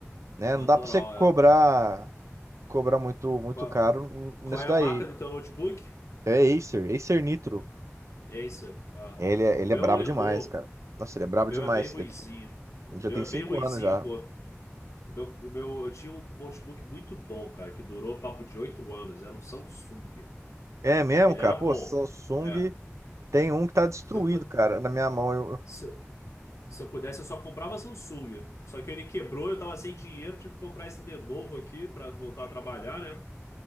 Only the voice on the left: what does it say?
Natural,
é.
Qual,
qual
é
a marca do teu notebook?
Acer. Ah.
O
meu
é um Lenovo.
O meu
é bem
ruizinho.
O
meu
é
bem ruizinho,
pô. O meu, o meu, eu tinha um notebook muito bom, cara, que durou papo de oito anos. Era um Samsung.
E ele
era
bom.
É.
Se eu, pu-
se, Se eu pudesse, eu só comprava Samsung. Só que ele quebrou, eu tava sem dinheiro, tive que comprar esse Lenovo aqui pra voltar a trabalhar, né?